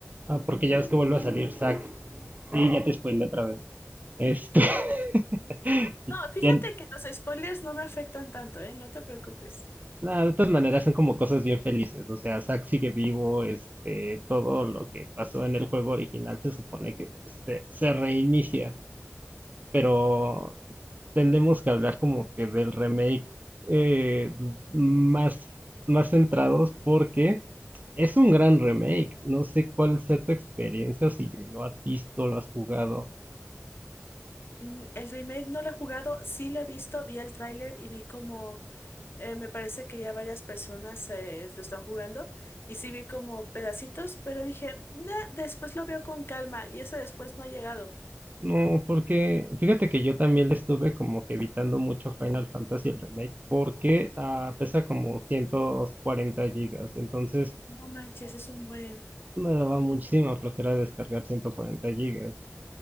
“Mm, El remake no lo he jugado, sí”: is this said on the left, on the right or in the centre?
Left